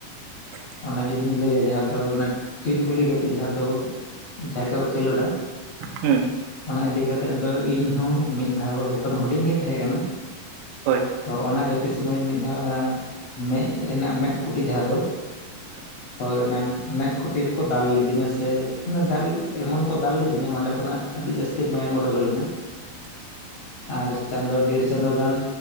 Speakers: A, on the right; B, on the left.
A: ᱦᱮ᱾
B: ᱚᱱᱟ ᱡᱩᱫᱤᱧ ᱞᱟᱹᱭᱟ ᱡᱟᱦᱟᱸ ᱫᱚ ᱚᱱᱟ ᱴᱤᱨ ᱜᱩᱞᱤ ᱜᱟᱛᱮ ᱡᱟᱦᱟᱸ ᱫᱚ ᱡᱟᱦᱟᱭ ᱠᱚ ᱠᱷᱮᱞᱳᱰᱟ᱾
A: ᱦᱮᱸ᱾
B: ᱚᱱᱟ ᱤᱫᱤ ᱠᱟᱛᱮᱫ ᱫᱚ ᱤᱧ ᱦᱚᱸ ᱢᱤᱫ ᱫᱷᱟᱣ ᱡᱚᱠᱷᱚᱱ ᱦᱩᱰᱤᱧ ᱜᱤᱧ ᱛᱟᱦᱮᱸ ᱠᱟᱱᱟ
A: ᱦᱳᱭ
B: ᱛᱚ ᱚᱱᱟ ᱜᱟᱛᱮ ᱥᱚᱢᱚᱭ ᱢᱤᱫ ᱫᱷᱟᱣ ᱚᱱᱟ ᱢᱮᱸᱫ ᱨᱮᱱᱟᱜ ᱢᱮᱫ ᱠᱩᱴᱤ ᱡᱟᱦᱟᱸ ᱫᱚ
A: <inaudible>
B: ᱦᱳᱭ ᱚᱱᱟ ᱢᱮᱫ ᱠᱩᱴᱤ ᱨᱮᱠᱚ ᱫᱟᱞ ᱞᱤᱫᱤᱧᱟ ᱥᱮ ᱢᱟᱱᱮ ᱫᱟᱞ ᱮᱢᱚᱱ ᱠᱚ ᱫᱟᱞ ᱞᱤᱫᱤᱧᱟ ᱚᱸᱰᱮ ᱠᱷᱚᱱᱟᱜ ᱟᱹᱰᱤ ᱡᱟᱹᱥᱛᱤ ᱢᱟᱭᱟᱝ ᱩᱰᱩᱠᱚᱞ ᱞᱮᱱᱟ᱾
A: <inaudible>
B: ᱟᱨ ᱪᱟᱸᱫᱚ ᱰᱮᱲ ᱪᱟᱸᱫᱳ ᱜᱟᱱ